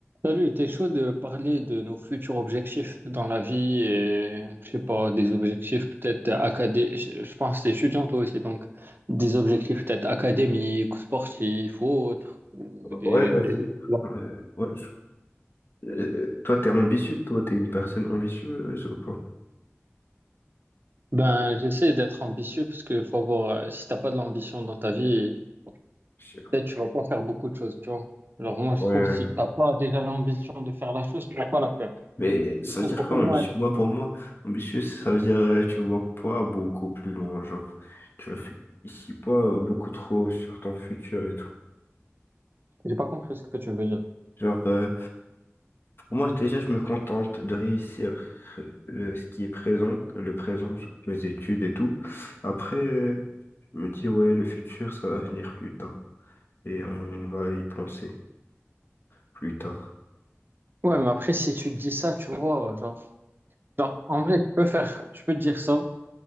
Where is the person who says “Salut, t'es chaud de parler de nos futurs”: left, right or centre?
Right